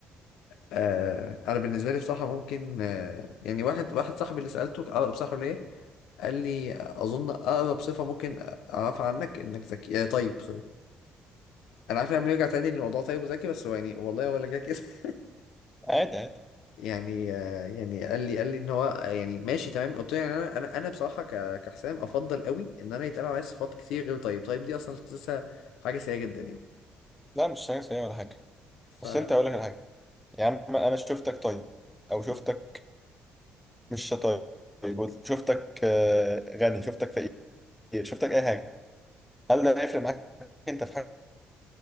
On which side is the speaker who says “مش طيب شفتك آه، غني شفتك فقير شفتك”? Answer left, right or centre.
Centre